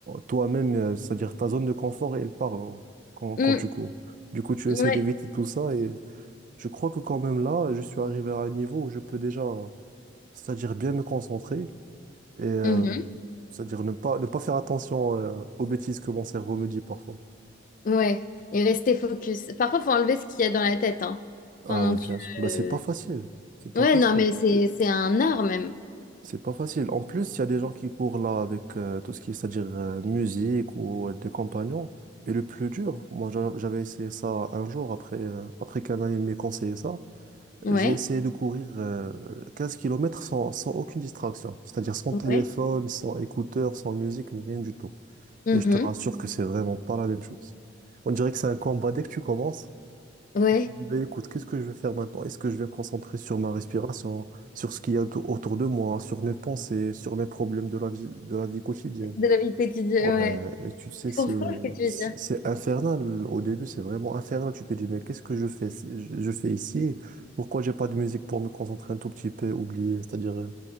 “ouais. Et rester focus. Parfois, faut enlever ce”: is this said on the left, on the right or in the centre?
Left